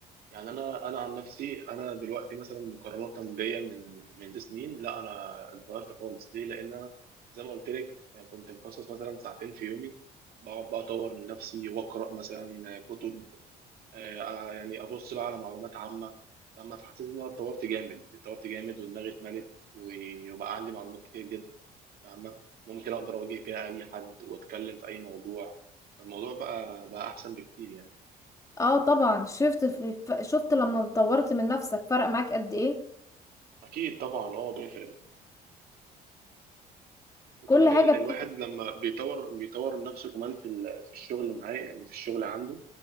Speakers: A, on the right; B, on the left.
A: يعني انا انا عن نفسي انا دلوقتي مثلا مقارنه بيا من من سنين لا انا اتغيرت خالص ليه لان أنا زي ما قلت لك كنت مخصص مثلا ساعتين في يومي بقعد بقى اطور من نفسي واقرا مثلا كتب آه، آه، يعني ابص بقى على معلومات عامه اما فحسيت ان انا اتطورت جامد اتطورت جامد ودماغي اتملت و- وبقى عندي معلومات كتير جدا فاهمه ممكن اقدر اواجه بيها اي حد واتكلم في اي موضوع الموضوع بقى بقى احسن بكتير يعني
B: اه طبعا شفت في ف- شفت لما طورت من نفسك فرق معاك قد ايه
A: اكيد طبعا اه بيفرق وكمان
B: كل حاجة
A: ال-
B: بتفرق
A: الواحد لما بيطور بيطور نفسه كمان في ال- في الشغل اللي معاه يعني في الشغل عنده